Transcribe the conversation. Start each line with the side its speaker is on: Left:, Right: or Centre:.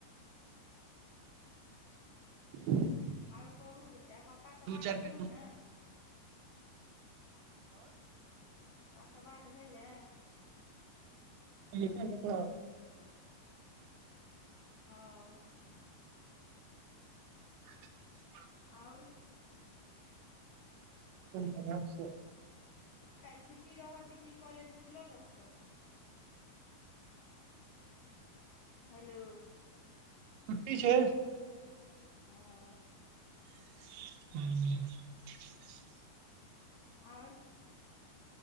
Right: <unintelligible>
Left: आओर कहू ता पापा से
Right: दू
Left: बात
Right: चारि
Left: केलौ
Right: मिनट
Left: हें पप्पासँ बात भेलै
Right: ह <unintelligible>
Left: ओ
Right: <inaudible>
Left: आओर
Right: खराब छै <inaudible>
Left: काल्हि छुट्टी रहत कि कालेज खुलल रहतऽ हेलो
Right: छुट्टी छै
Left: ओ
Right: हँ <inaudible>
Left: आओर